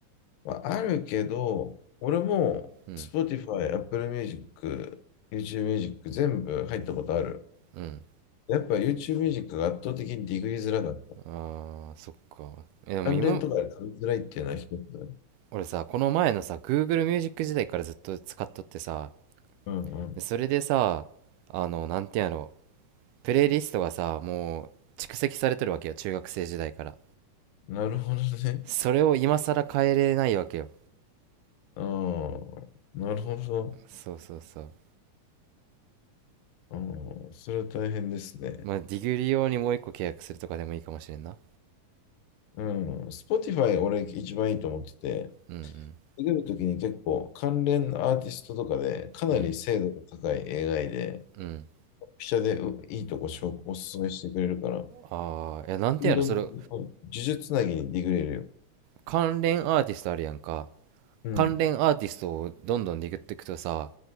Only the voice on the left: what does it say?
まあ、あるけど、俺も
Spotify、Apple Music、YouTube Music 全部入ったことある。
やっぱ YouTube ミュージックが圧倒的にディグリづらかった。
関連とかで取りづらいっていうのは一つだね。
うんうん。
なるほどね。
ああ、なるほど。
ああ、それは大変ですね。
うん。Spotify 俺一番いいと思ってて、
出るときに結構関連アーティストとかでかなり精度が高い映画で、
ピシャでういいとこ紹おすすめしてくれるから、
どんどんどんどん呪術つなぎにディグれるよ。
うん。